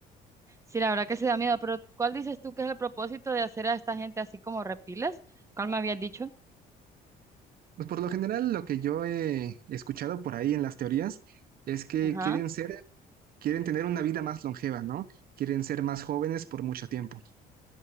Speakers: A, on the right (about 15°); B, on the right (about 60°).
A: Sí, la verdad que se da miedo, pero ¿cuál dices tú que es el propósito de hacer a esta gente así como reptiles? ¿Cuál me habías dicho?
B: Pues por lo general, lo que yo he escuchado por ahí en las teorías es que
A: Ajá.
B: quieren ser Quieren tener una vida más longeva, ¿no? Quieren ser más jóvenes por mucho tiempo.